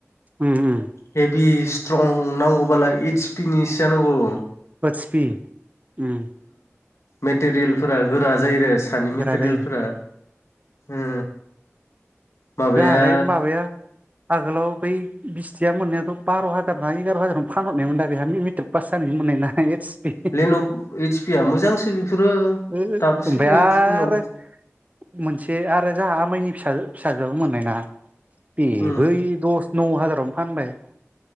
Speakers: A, on the right; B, on the left.
A: उम उम
B: हेभि स्ट्रं नांगौबालाय एस पि नि सो नांगौ,
A: <unintelligible> उम
B: मेटेरियेलफोरा गोरा जायो आरो सानि मेटेरियेलफोरा
A: गोरा जायो
B: ओ माबाया
A: जोंहालाय माबाया आगोलाव बै बिस्थिया मोननायाथ' बार' हाजार ना एगार' हाजारावनो फानहरनायमोन दा बेहा मेट्रिक पास जानो मोननाय ना एस पि,
B: लेन'ब एस पि आ मोजांसो बेफोरो,
A: ओ
B: दाबो
A: ओमफ्राय
B: सोलियो
A: आरो
B: सोलिनायावबो
A: मोनसे आरो जाहा माइनि फिसा फिसाजोआबो मोननाय ना बेबो
B: उम
A: दस, नौ हाजारावनो फानबाय,